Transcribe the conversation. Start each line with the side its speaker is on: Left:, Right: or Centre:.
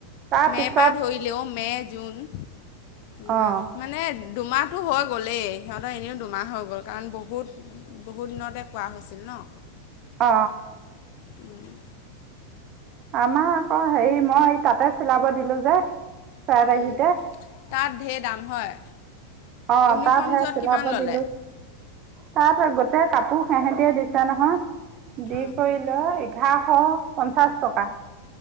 Right: তাৰপিছত
Left: মে' পাত ধৰিলেও মে' জুন
Right: অঁ
Left: মাহ মানে দুমাহ সহঁতো হৈ গ'লেই সিহঁতৰ এনেও দুমাহ হৈ গ'ল কাৰণ বহুত বহুত দিনতে কোৱা হৈছিল ন
Right: অ
Left: উম
Right: আমাৰ আকৌ হেৰি মই তাতে চলাব দিলো যে চাইহিতে
Left: উম।
Right: <unintelligible>
Left: তাত ঢেৰ দাম হয়
Right: অ
Left: ইউনিফৰ্মযোৰত
Right: তাতহে চিলাব
Left: কিমান ল'লে
Right: দিলো তাত হৈ গ ততে কাপোৰ সেহতিয় দিছা নহয় দি
Left: অঁ
Right: কৰিল এঘাৰশ পঞ্চাছ টকা